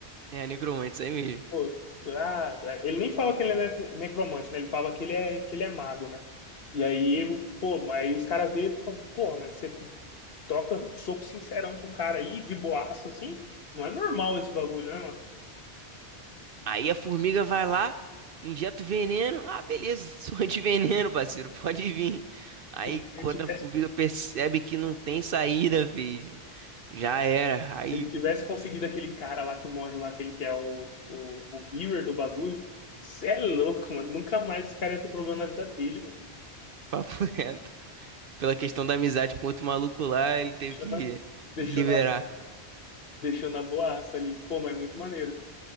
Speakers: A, on the right (about 60°); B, on the left (about 60°).
A: É, necromante, isso aí mesmo.
B: Pô, ah, ele nem fala que ele é necro- necromante, né? Ele fala que ele é, que ele é mago, né? E aí, eu, pô, mas aí os caras veem, pô, porra, mas você troca soco sincerão com o cara aí, de boaça, assim. Não é normal esse bagulho, né, mano?
A: Aí a formiga vai lá, injeta o veneno. Ah, beleza, <laughs> sou antiveneno, parceiro, pode vir. Aí
B: Se Ele
A: quando
B: tivesse,
A: a formiga percebe que não tem saída, filho, já era. Aí,
B: ele tivesse conseguido aquele cara lá que morre lá, aquele que é o, o, o Healer do bagulho. Cê é louco, mano. Nunca mais esse cara ia ter problema na vida dele, mano.
A: papo <laughs> reto. Pela questão da amizade com outro maluco lá, ele teve
B: Deixou
A: que
B: na, deixou
A: liberar.
B: na, deixou na boaça ali. Pô, mas é muito maneiro.